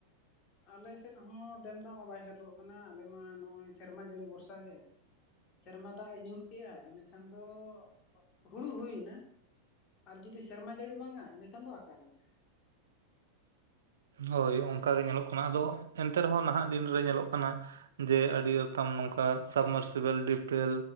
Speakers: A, on the left; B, on the right.
A: ᱟᱞᱮ ᱥᱮᱫ ᱦᱚᱸ ᱰᱮᱢ ᱫᱟᱜ ᱢᱟ ᱵᱟᱭ ᱥᱮᱴᱮᱨᱚᱜ ᱠᱟᱱᱟ᱾ ᱟᱞᱮ ᱢᱟ ᱱᱚᱜᱼᱚᱭ ᱥᱮᱨᱢᱟ ᱡᱟᱹᱲᱤ ᱵᱷᱚᱨᱥᱟ ᱜᱮ᱾ ᱥᱮᱨᱢᱟ ᱫᱟᱜ ᱮ ᱧᱩᱨ ᱠᱮᱭᱟ ᱤᱱᱟᱹᱠᱷᱟᱱ ᱫᱚ ᱦᱩᱲᱩ ᱦᱩᱭ ᱮᱱᱟ᱾ ᱟᱨ ᱡᱩᱫᱤ ᱥᱮᱨᱢᱟ ᱡᱟᱹᱲᱤ ᱵᱟᱝᱟ᱾ ᱤᱱᱟᱹ ᱠᱷᱟᱱ ᱫᱚ ᱟᱠᱟ ᱞᱮᱱᱟ᱾
B: ᱦᱳᱭ ᱚᱱᱠᱟ ᱜᱮ ᱧᱮᱞᱚᱜ ᱠᱟᱱᱟ, ᱟᱫᱚ ᱮᱱᱛᱮ ᱨᱮᱦᱚᱸ ᱱᱟᱦᱟᱜ ᱫᱤᱱ ᱨᱮ ᱧᱮᱞᱚᱜ ᱠᱟᱱᱟ᱾ ᱡᱮ ᱟᱹᱰᱤ ᱟᱛᱟᱢ ᱱᱚᱝᱠᱟ ᱥᱟᱵᱢᱟᱨᱥᱤᱵᱮᱞ ᱰᱤᱯᱴᱮᱞ